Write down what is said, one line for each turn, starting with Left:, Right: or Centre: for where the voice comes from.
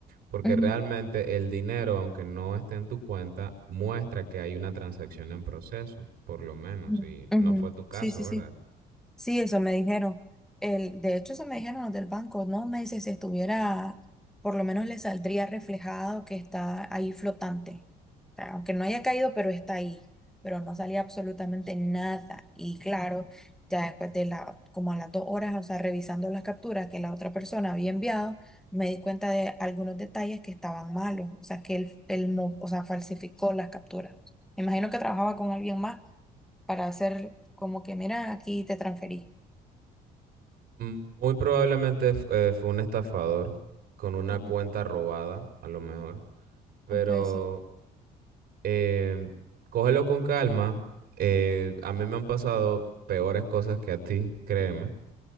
Right: porque
Centre: ujú,
Right: realmente el dinero, aunque no esté en tu cuenta, muestra que hay una transacción en proceso, por lo menos,
Centre: Ujú.
Right: y
Centre: ujú.
Right: no fue tu caso,
Centre: Sí, sí,
Right: ¿verdad?
Centre: sí. Sí, eso me dijeron. El, de hecho, eso me dijeron los del banco, ¿no? Me dice, si estuviera, por lo menos le saldría reflejado que está ahí flotante. O sea, aunque no haya caído, pero está ahí. Pero no salía absolutamente nada. Y claro, ya después de la, como a las dos horas, o sea, revisando las capturas que la otra persona había enviado, me di cuenta de algunos detalles que estaban malos. O sea, que él, él mo- o sea, falsificó las capturas. Me imagino que trabajaba con alguien más para hacer como que, mira, aquí te transferí.
Right: Mm, Muy probablemente f- eh, fue un estafador con una
Centre: Ujú.
Right: cuenta robada, a lo mejor, pero
Centre: Puede ser.
Right: eh, cógelo con calma. eh, a mí me han pasado peores cosas que a ti, créeme,